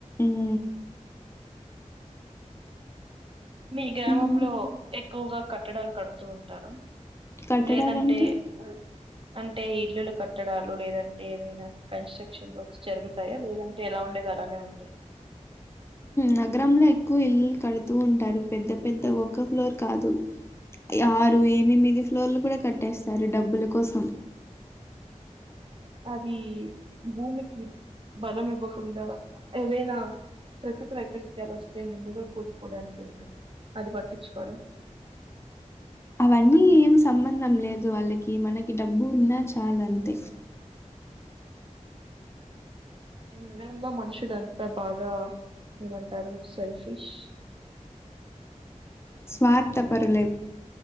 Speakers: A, on the left; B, on the right.
A: హ
B: మీ గ్రామంలో
A: మ్మ్
B: ఎక్కువగా కట్టడాలు కడుతూ ఉంటార
A: కట్టడాలంటే
B: లేదంటే ఉ అంటే ఇల్లులు కట్టడాలు లేదంటే ఏమైనా కన్స్ట్రక్షన్ వర్క్స్ జరుగుతాయా లేదంటే ఎలా ఉ అండది అలానే ఉంటుంది
A: నగరంలో ఎక్కువ ఇల్లులు కడుతూ ఉంటారు పెద్ద పెద్ద ఒ ఫ్లోర్ కాదు ఆరు ఎనిమిది ఫ్లోర్లు కూడా కట్టేస్తారు డబ్బుల కోసం
B: అది భూమికి బలం ఇవ్వకుండా ఏదైనా ప్రకృతి వైపరీత్యాలు వస్తేయి నింమ కూడుపోవడానికి ఉంటుంది అది పట్టించుకోవడం
A: అవన్నీ ఏం సంబంధం లేదు వాళ్ళకి మనకి డబ్బు ఉన్నా చాలా అంతే
B: నిజంగా మనుషులంతా బాగా ఏమంటారు సెల్ఫిష్
A: స్వార్థ పరులే